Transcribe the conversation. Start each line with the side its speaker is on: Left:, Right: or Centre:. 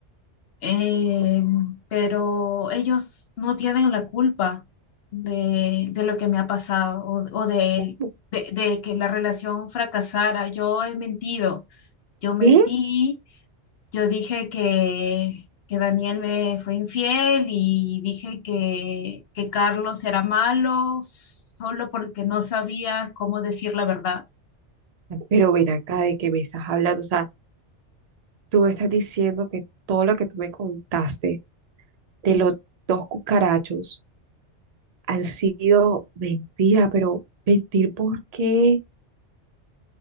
Left: Eh,
Right: Pero
Left: pero ellos no tienen la culpa de, de lo que me ha pasado o, o de,
Right: ¿Cómo?
Left: de, de que la relación fracasara. Yo he mentido, yo mentí
Right: ¿Qué?
Left: Yo dije que, que Daniel me fue infiel y dije que, que Carlos era malo solo porque no sabía cómo decir la verdad.
Right: Pero ven acá de qué me estás hablando. O sea, tú me estás diciendo que todo lo que tú me contaste de los dos cucarachos han sido mentira, pero mentir, ¿por qué?